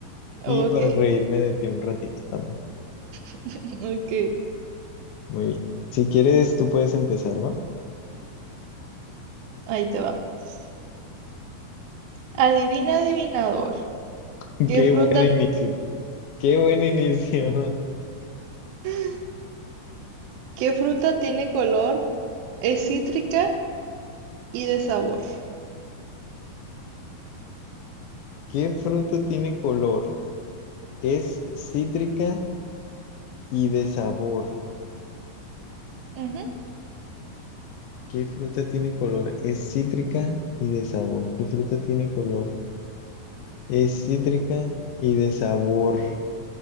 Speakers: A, on the right; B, on the left.
A: Ok,
B: Y para reírme de ti un ratito también.
A: <laughs> ok.
B: Muy bien. Si quieres, tú puedes empezar, ¿va?
A: Ahí te va. pues. Adivina, adivinador.
B: <laughs>
A: ¿Qué
B: Qué
A: fruta,
B: buen inicio. Qué buen inicio.
A: <gasps> qué fruta tiene color? Es cítrica y de sabor.
B: <laughs> ¿Qué fruta tiene color? Es cítrica y de sabor.
A: Ujú.
B: ¿Qué fruta tiene color? Es cítrica y de sabor. ¿Qué fruta tiene color? Es cítrica y de sabor.